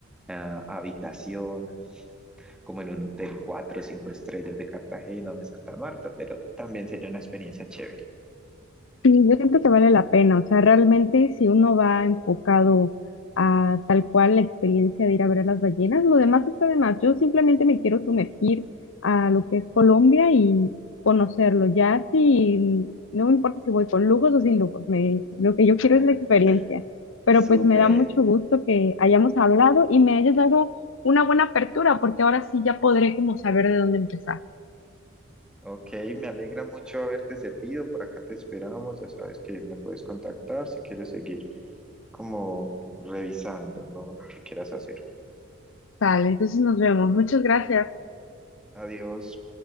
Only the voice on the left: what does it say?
Sí, yo siento que vale la pena, o sea, realmente si uno va enfocado a tal cual la experiencia de ir a ver a las ballenas, lo demás está de más. Yo simplemente me quiero sumergir a lo que es Colombia y conocerlo. Ya si no me importa si voy con lujos o sin lujos, me- lo que
yo quiero es la experiencia. Pero
pues me da mucho gusto que hayamos hablado y me hayas dado una buena apertura, porque ahora sí ya podré como saber de dónde empezar.
Tal, entonces nos vemos. Muchas gracias.